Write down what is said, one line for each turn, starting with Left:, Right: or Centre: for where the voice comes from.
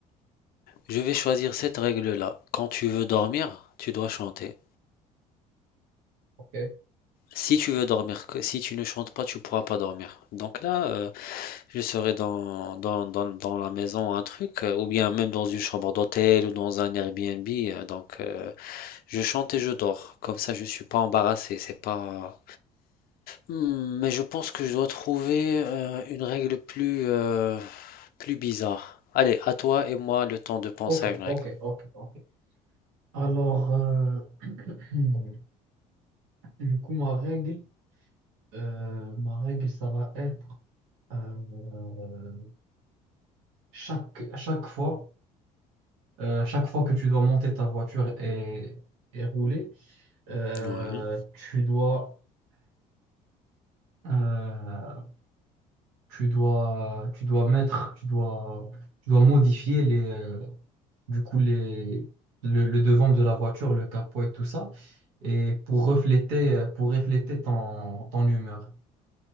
Left: Je vais choisir cette règle-là. Quand tu veux dormir, tu dois chanter.
Right: Ok,
Left: Si tu veux dormir, que- si tu ne chantes pas, tu pourras pas dormir. Donc là, euh, je serai dans, dans, dans, dans la maison, un truc, euh, ou bien même dans une chambre d'hôtel ou dans un Airbnb. euh, donc, euh, je chante et je dors. Comme ça, je suis pas embarrassé. C'est pas. Hmm, mais je pense que je dois trouver euh, une règle plus, euh, plus bizarre. Allez, à toi et moi le temps de penser
Right: ok,
Left: à une
Right: ok,
Left: règle.
Right: ok, ok. Alors, euh, <clears throat> du coup, ma règle, euh, ma règle, ça va être euh, chaque, chaque fois. Euh, chaque fois que tu dois monter ta voiture et, et rouler, euh,
Left: Ouais.
Right: tu dois, euh, tu dois, tu dois mettre, tu dois, tu dois modifier les, euh, du coup les, le, le devant de la voiture, le capot et tout ça, et pour refléter, euh, pour refléter ton, ton humeur.